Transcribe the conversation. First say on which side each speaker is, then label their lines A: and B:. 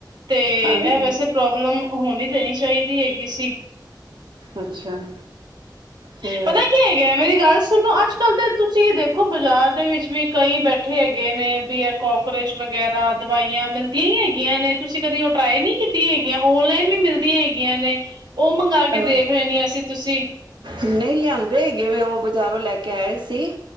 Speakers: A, on the right; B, on the right.
A: ਤੇ
B: ਹਾਂਜੀ
A: ਇਹ ਵੈਸੇ ਪ੍ਰੋਬਲਮ ਹੋਣੀ ਤੇ ਨਹੀਂ ਦੇਣੀ ਚਾਹੀਦੀ ਹੈਗੀ ਸੀ
B: ਅੱਛਾ ਤੇ
A: ਪਤਾ ਕੀ ਹੈਗਾ ਮੇਰੀ ਗੱਲ ਸੁਣੋ ਅੱਜ ਤੁਸੀਂ ਦੇਖੋ ਬਾਜ਼ਾਰ ਦੇ ਵਿੱਚ ਵੀ ਕਈ ਬੈਠੇ ਹੈਗੇ ਨੇ ਵੀ ਇਹ ਕੋਕਰੋਚ ਵਗੈਰਾ ਦਵਾਈਆਂ ਮਿਲਦੀਆਂ ਹੀ ਹੈਗੀਆਂ ਨੇ ਤੁਸੀਂ ਕਦੀ ਉਹ ਟਰਾਈ ਨਹੀਂ ਕੀਤੀਆਂ ਹੈਗੀਆਂ ਔਨਲਾਈਨ ਵੀ ਮਿਲਦੀਆਂ ਹੈਗੀਆਂ ਹੈਗੀਆਂ ਨੇ ਉਹ ਮੰਗ ਕੇ
B: ਅਹ
A: ਦੇਖ ਰਹੇਣੀਆਂ ਸੀ ਤੁਸੀਂ
B: ਨਹੀਂ ਲਿਆਂਦੇ ਹੈਗੇ ਵੇਂ ਉਹ ਬਜ਼ਾਰੋਂ ਲੈ ਕੇ ਆਏ ਸੀ